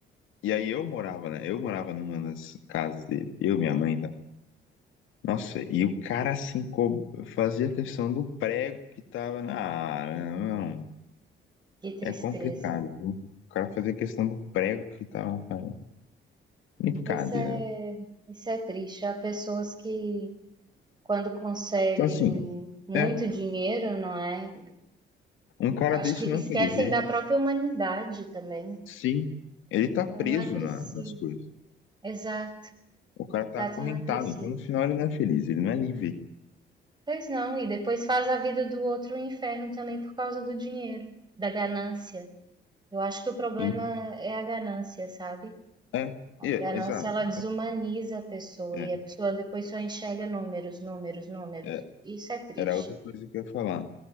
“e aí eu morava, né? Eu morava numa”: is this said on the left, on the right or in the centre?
Left